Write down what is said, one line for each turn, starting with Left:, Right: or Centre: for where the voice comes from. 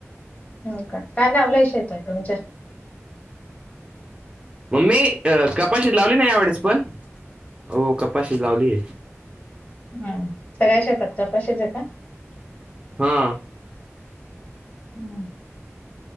Left: ह का काय लावलायशेतात तुमच्या
Right: मम्मी कपाशीत लावली नाही आवडेस पण हो कपाशीत लावली
Left: हम् सगळ्या शेतात कपाशीेज आहे का
Right: हां
Left: हम्म